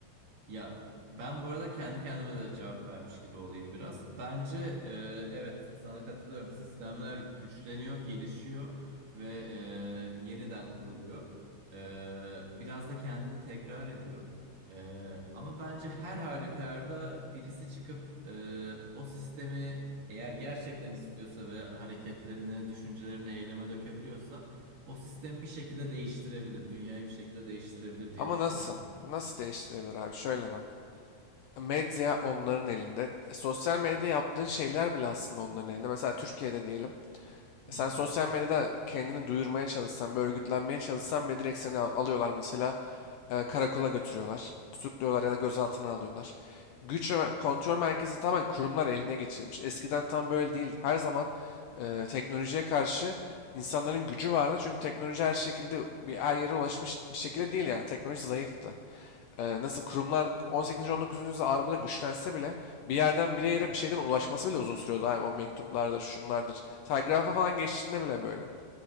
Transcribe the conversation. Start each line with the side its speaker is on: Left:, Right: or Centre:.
Right: ya ben bu arada kendi kendime de cevap vermiş gibi olayım biraz. Bence e, evet sana katılıyorum. Sistemler güçleniyor, gelişiyor ve e, yeniden kuruluyor. E, biraz da kendini tekrar ediyor. E, ama bence her halükarda birisi çıkıp e, o sistemi eğer gerçekten istiyorsa ve hareketlerini, düşüncelerini eyleme dökebiliyorsa o sistemi bir şekilde değiştirebilir. Dünyayı bir şekilde değiştirebilir diye
Left: Ama
Right: düşünüyorum.
Left: nasıl? Nasıl değiştirebilir abi? Şöyle bak. Medya onların elinde. E, Sosyal medyada yaptığın şeyler bile aslında onların elinde. Mesela Türkiye'de diyelim.
Right: Hı
Left: Sen
Right: hı,
Left: sosyal medyada kendini duyurmaya çalışsan, bir örgütlenmeye çalışsan bile direkt seni al- alıyorlar mesela e, karakola götürüyorlar. Tutukluyorlar ya da gözaltına alıyorlar. Güç ve mer- kontrol merkezi tamamen kurumlar eline geçirmiş. Eskiden tam böyle değildi. Her zaman e, teknolojiye karşı insanların gücü vardı. Çünkü teknoloji her şekilde bir her yere ulaşmış bir şekilde değil yani. Teknoloji zayıftı e, nasıl kurumlar 18. 19. yüzyılda Avrupa'da güçlense bile bir yerden bir yere bir şeyden ulaşması bile uzun sürüyordu abi. O mektuplardır, şunlardır. Telgrafa falan geçtiğinde bile böyle.